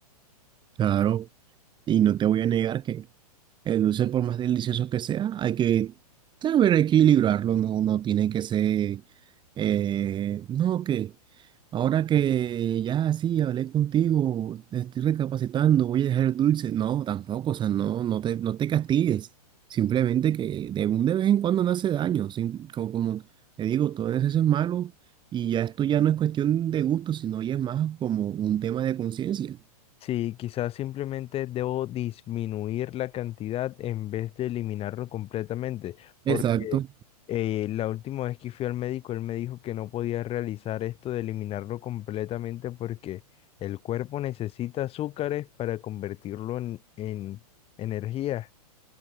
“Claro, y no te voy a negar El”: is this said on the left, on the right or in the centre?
Right